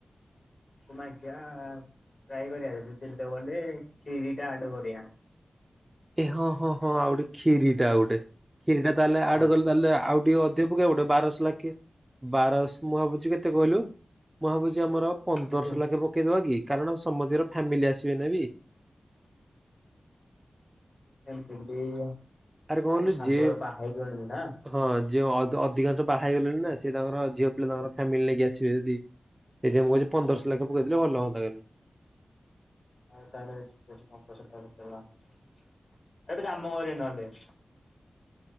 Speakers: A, on the left; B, on the right.
A: ତାଙ୍କୁ ମାଗିବା ଟ୍ରାଏ କରିଆ ଯଦି ଦିଲ ଦବଲେ କ୍ଷୀରି ଟା ଆଡ କରିଆ।
B: ଏ ହଁ ହଁ ହଁ ଆଉ ଗୋଟେ କ୍ଷୀରି ଟା ଗୋଟେ କ୍ଷୀରି ଟା ତାହେଲେ ଆଡ
A: ହଁ
B: କଲେ ତାହେଲେ ଆଉ ଟିକେ ଅଧି ପକେଇବା ଗୋଟେ ବାରଶ ଲେଖେ ବାରଶ ମୁଁ ଭାବୁଛି କେତେ କହିଲୁ ମୁଁ ଭାବୁଛି ଆମର ପନ୍ଦରଶହ
A: କେତେ
B: ଲେଖେ ପକେଇଦବା କି କାରଣ ସମସ୍ତିଙ୍କର ଫ୍ୟାମିଲି ଆସିବେ ନା ବି।
A: ଏମିତି ଅ
B: ଆରେ କଣ କହିଲୁ
A: ସାଙ୍ଗର
B: ଯିଏ
A: ବାହା <unintelligible> ନା।
B: ହଁ ଯିଏ ଅଧ୍ ଅଧିକାଂଶ ବାହା ହେଇଗଲେଣି ନା ସେ ତାଙ୍କର ଝିଅ ପିଲା ତାଙ୍କର ଫ୍ୟାମିଲି ନେଇକି ଆସିବେ ଯଦି। ସେଥିପାଇଁ ମୁଁ କହୁଚି ପନ୍ଦରଶ ଲେଖାଁ ପକେଇଦେଲେ ଭଲ ହଅନ୍ତା କାଲି।
A: ଆଉ ତାହେଲେ ଠିକ ଅଛି ପନ୍ଦର ସହ ଟଙ୍କା ପକେଇଦବା ଆ ଗୋଟେ କାମ କରିବା ନହେଲେ।